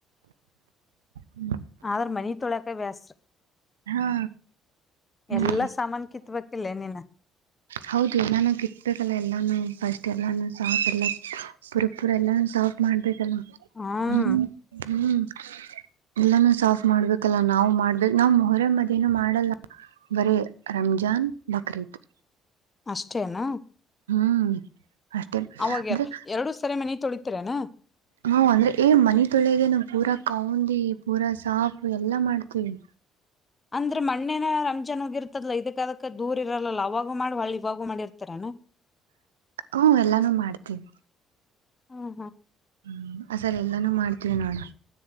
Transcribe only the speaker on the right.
ಹ್ಮ
ಹಾ ಹ್ಮ್
ಹೌದು ಎಲ್ಲಾನು ಕಿತ್ಬೇಕಲ್ಲ ಎಲ್ಲಾನು ಫಸ್ಟ್ ಎಲ್ಲಾನು ಸಾಫ್ ಎಲ್ಲ ಪುರಪುರ ಎಲ್ಲಾನು ಸಾಫ್ ಮಾಡ್ಬೇಕಲ್ಲ
ಹ್ಮ ಹ್ಮ್ ಎಲ್ಲಾನೂ ಸಾಫ್ ಮಾಡ್ಬೇಕಲ್ಲ ನಾವು ಮಾಡ್ಬೇಕ ನಾವ್ ಹೊರ ಮದೇನು ಮಾಡಲ್ಲ ಬರೇ ರಂಜಾನ್ ಬಕ್ರೀದು
ಹ್ಮ್ ಅಷ್ಟೇ
ಅಂದ್ರೆ
ಹಾ್ ಅಂದ್ರೆ ಏ್ ಮನ ತೊಳೆದೆ ನ ಪೂರಾ ಕೌಂದಿ ಪೂರಾ ಸಾಫು ಎಲ್ಲಾ ಮಾಡ್ತೀವಿ
ಹ್ಮ ಎಲ್ಲಾನು ಮಾಡ್ತೀವಿ
ಹ್ಮ್ ಆ ಸರಿ ಎಲ್ಲಾನು ಮಾಡ್ತೀವಿ ನೋಡು